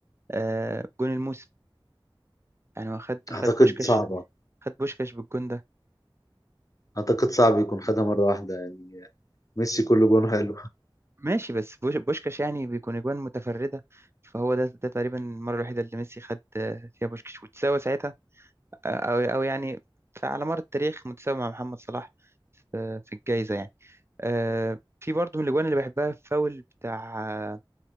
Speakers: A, on the right; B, on the left.
A: آه، جون الموسم يعني هو خد
B: أعتقد
A: خد بوشكاش
B: صعبة
A: خد بوشكاش بالجون ده
B: أعتقد صعب يكون خدها مرة واحدة يعني ميسي كل جون حلو <laughs>
A: ماشي بس بوش- بوشكاش يعني بيكون اجوان متفرده فهو ده ده تقريبا المره الوحيده اللي ميسي خد آه، فيها بوشكاش وتساوى ساعتها آه، او او يعني فعلى مر التاريخ متساوي مع محمد صلاح آه، في الجائزه يعني آه، في برضه من الاجوان اللي بحبها فاول بتاع آه،